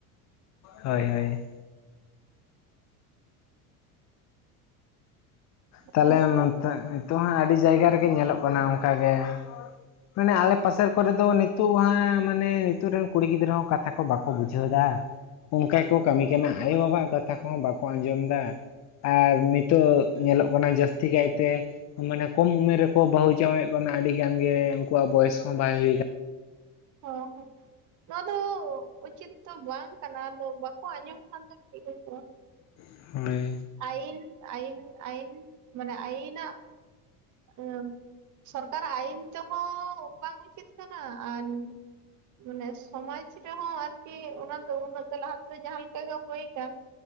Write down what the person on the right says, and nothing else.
ᱟᱫᱚ ᱦᱚᱸ
ᱚ ᱦᱚᱸ ᱱᱚᱣᱟ ᱫᱚ ᱩᱪᱤᱛ ᱫᱚ ᱵᱟᱝ ᱠᱟᱱᱟ ᱟᱫᱚ ᱵᱟᱠᱚ ᱟᱸᱡᱚᱢ ᱠᱷᱟᱱ ᱫᱚᱢ ᱪᱤᱠᱟᱹ ᱠᱚᱣᱟ
ᱟᱭᱤᱱ ᱟᱭᱤᱱ ᱟᱭᱤᱱ ᱢᱟᱱᱮ ᱟᱭᱤᱱᱟᱜ ᱟᱹᱢ ᱥᱚᱨᱠᱟᱨᱟᱜ ᱟᱭᱤᱱ ᱛᱮᱦᱚᱸ ᱵᱟᱝ ᱩᱪᱤᱛ ᱠᱟᱱᱟ ᱟᱨᱢ ᱢᱟᱱᱮ ᱥᱚᱢᱟᱡᱽ ᱨᱮᱦᱚᱸ ᱟᱨᱠᱤ ᱚᱱᱟ ᱫᱚ ᱩᱱᱟᱹᱜ ᱫᱚ ᱞᱟᱦᱟ ᱛᱮᱫᱚ ᱡᱟᱦᱟᱸ ᱞᱮᱠᱟ ᱦᱩᱭ ᱠᱟᱱ